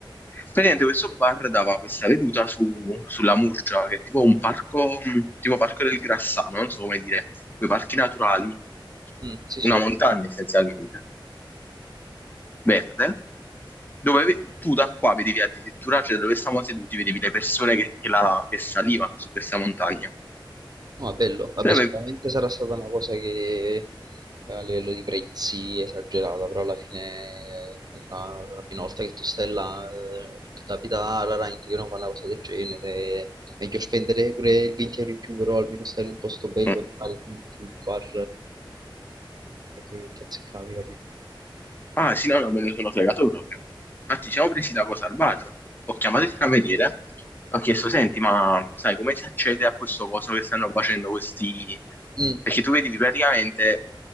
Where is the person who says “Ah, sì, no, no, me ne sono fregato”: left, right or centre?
Left